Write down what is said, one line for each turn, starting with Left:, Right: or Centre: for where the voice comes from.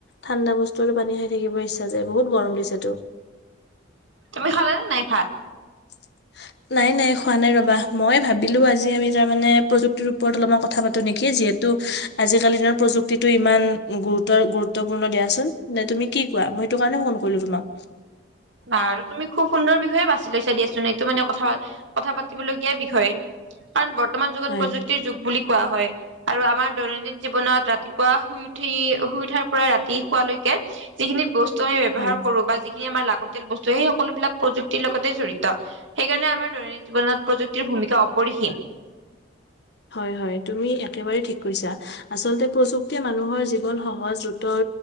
Left: ঠাণ্ডা বস্তুো পানী খাই থাকিব ইচ্ছা যায় বহুত গৰম দিছেতো।
Right: তুমি খালা নে নাই ভাত
Left: <unintelligible> নাই নাই খোৱা নাই ৰ'বা মই ভাবিলোঁ আজি আমি তাৰমানে প্ৰযুক্তিৰ ওপৰত অলপমান কথা পাতো নেকি যিহেতু আজিকালি দিনৰ প্ৰযুক্তিটো ইমান গুৰুতৰ গুৰুত্বপূৰ্ণ দিয়াচোন ন তুমি কি কোৱা ম সেইটো কাৰণে ফোন কৰিলো তোমাক
Right: আৰু তুমি খুব সুন্দৰ বিষয়ে বাছি লৈছা দিয়া এইটো মানে কথা কথা পাতিবলগীয়া বিষয়ে কাৰণ বৰ্তমান যুগত
Left: হয়
Right: প্ৰযুক্তিৰ যুগ বুলি কোৱা হয় আৰু আমাৰ দৈনন্দিন জীৱনত ৰাতিপুৱা শুই উঠি শুই উঠাৰ পৰা ৰাতি শোৱালৈকে যিখিনি বস্তু আমি ব্যয়হাৰ
Left: হয়
Right: কৰো বা যিখিন বস্তু সেই সকলো বিলাক প্ৰযুক্তিৰ লগতে জড়িত সেইকাৰণে আমাৰ দৈনন্দ জীন প্ৰযুক্তিৰ ভূমিকা পঢ়িসিম
Left: হয় হয় তুমি একেবাৰেই ঠিক কৈছা আচলতে প্ৰযুক্তিয় মানুহৰ জীৱন সহজ দ্ৰুতৰ